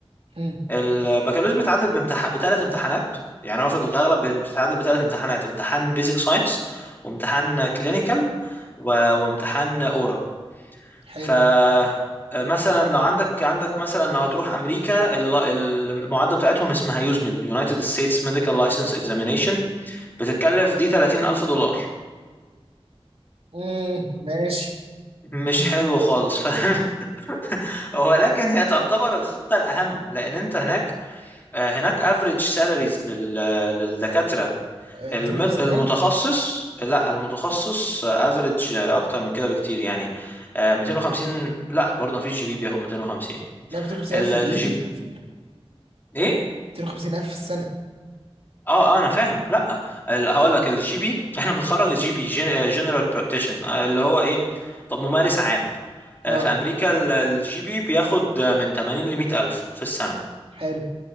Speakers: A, on the right; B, on the left.
A: هم،
B: البكالوريوس بيتعادل بامتحان بثلاث امتحانات يعني هو في الاغلب بيتعادل بثلاث امتحانات امتحان بيزك ساينس وامتحان كلينيكال و... وامتحان اورال
A: حلو
B: ف آه، مثلا لو عندك عندك مثلا لو هتروح امريكا ال- المعادله بتاعتهم اسمها يوزمل United States Medical License Examination بتتكلف دي 30000 دولار
A: مم. ماشي
B: مش
A: <laughs>
B: حلو خالص فاهم <laughs> ولكن هي تعتبر الخطة الأهم لأن أنت هناك آه، هناك افريج سالاريز للدكاترة الم-
A: 250000
B: المتخصص لا المتخصص افريج أكتر من كده بكتير يعني آه، 250 لا برضه مفيش جي بي بياخد 250
A: لا 250000
B: ال-
A: ريال
B: الجي
A: في
B: بي
A: الريل، في ال
B: إيه؟
A: 250000 في السنة
B: اه اه انا فاهم لا ال- هقول لك الجي بي احنا بنتخرج الجي بي جنرال براكتيشن اللي هو ايه طب ممارس عام آه،
A: اه
B: في امريكا ال- الجي بي بياخد آه، من 80 ل 100 الف في السنه
A: حلو